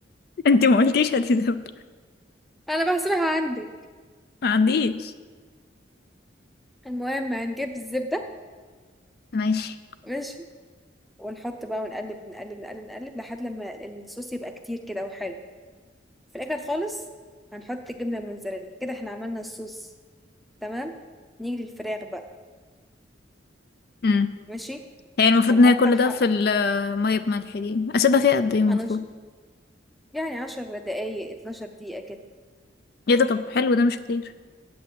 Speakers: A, on the left (about 50°); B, in the centre.
A: <laughs> انت ما قلتيش هاتي زبدة
B: انا بحسبها عندي
A: ما عنديش
B: المهم هنجيب الزبده
A: ماشي
B: ماشي ونحط بقى ونقلب نقلب نقلب نقلب لحد لما الصوص يبقى كتير كده وحلو في الاخر خالص هنحط الجبنه الموتزاريلا كده احنا عملنا الصوص تمام نيجي للفراخ بقى
A: امم
B: ماشي
A: هي المفروض
B: هنقطع
A: ان هي كل
B: ح-
A: ده في المية بملح دي اسيبها فيها قد ايه المفروض
B: هنش... يعني عشر دقايق اتناشر دقيقة كده
A: ايه ده طب حلو ده مش كتير